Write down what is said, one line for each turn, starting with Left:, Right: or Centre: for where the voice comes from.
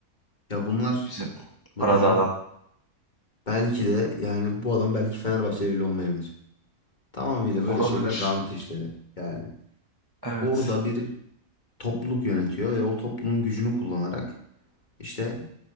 Left: Ya bunlar
Right: bizim
Left: Batucuğum
Right: parada adam.
Left: belki de yani bu adam belki Fenerbahçeli bile olmayabilir. Tamamıyla
Right: Olabilir.
Left: böyle şeyler rant işleri. Yani
Right: Evet.
Left: orada bir topluluk yönetiyor ve o topluluğun gücünü kullanarak işte